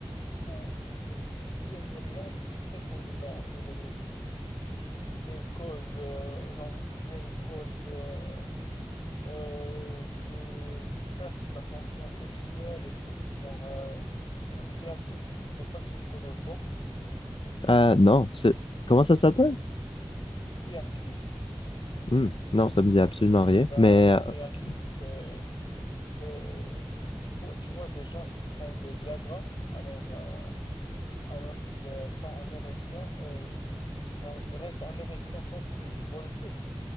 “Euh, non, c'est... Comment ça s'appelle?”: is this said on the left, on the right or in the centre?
Left